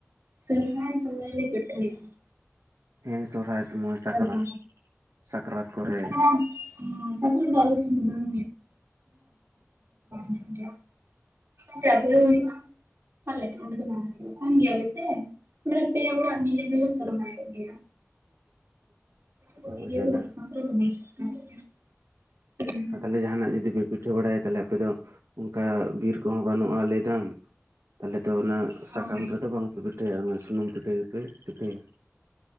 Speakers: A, on the right (about 60°); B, on the right (about 90°).
A: ᱥᱚᱦᱚᱨᱟᱭ ᱠᱨᱮᱞᱮ ᱯᱤᱴᱷᱟᱭ ᱜᱮᱭᱟ. ᱾
B: ᱦᱮᱸ ᱥᱚᱨᱦᱟᱹᱭ ᱥᱚᱢᱚᱭ ᱥᱟᱠᱨᱟᱹᱛ
A: ᱫᱚ
B: ᱥᱟᱠᱨᱟᱹᱛ ᱠᱚᱨᱮᱼᱼ
A: ᱥᱟᱠᱨᱟᱛ ᱥᱟᱠᱨᱟᱛ ᱨᱮ ᱫᱚ ᱟᱞᱮ ᱴᱷᱮᱱ ᱫᱚ ᱵᱟᱝ ᱞᱮ ᱯᱤᱴᱷᱟᱹᱭᱟ <inaudible> <unintelligible> ᱦᱩᱭᱩᱜᱼᱟ᱾ ᱟᱞᱮ ᱴᱷᱮᱱ ᱫᱚ ᱵᱟᱝ ᱦᱩᱭᱩᱜᱼᱟ ᱠᱚᱢ ᱜᱮᱭᱟ ᱞᱮ ᱥᱮ ᱯᱮᱭᱟ ᱚᱲᱟᱜ ᱱᱤᱭᱟ. ᱜᱮᱞᱮ ᱯᱟᱞᱚᱱ ᱠᱮᱫ ᱜᱮ᱾
B: <unintelligible>
A: <inaudible>
B: ᱡᱟᱞᱟ
A: ᱜᱮᱭᱟ
B: ᱟᱨ ᱛᱟᱦᱚᱞᱮ ᱡᱟᱦᱟᱱᱟᱜ ᱡᱩᱫᱤ ᱯᱮ ᱯᱤᱴᱷᱟᱹ ᱵᱟᱲᱟᱭᱟᱼ ᱛᱟᱦᱞᱮ ᱟᱯᱮ ᱫᱚ ᱚᱱᱠᱟ ᱵᱤᱨ ᱠᱚᱦᱚᱸ ᱵᱟᱹᱱᱩᱜᱼᱟ ᱞᱟᱹᱭ ᱫᱟᱢ᱾ ᱛᱟᱦᱚᱞᱮ ᱫᱚ ᱚᱱᱟ
A: ᱦᱳᱭ
B: ᱥᱟᱠᱟᱢ ᱨᱮᱫᱚ ᱵᱟᱝ ᱯᱮ ᱯᱤᱴᱷᱟᱹᱭᱟ, ᱚᱱᱟ ᱥᱩᱱᱩᱢ ᱯᱤᱴᱷᱟᱹ ᱜᱮᱯᱮ ᱯᱤᱴᱷᱟᱹᱭᱟ᱾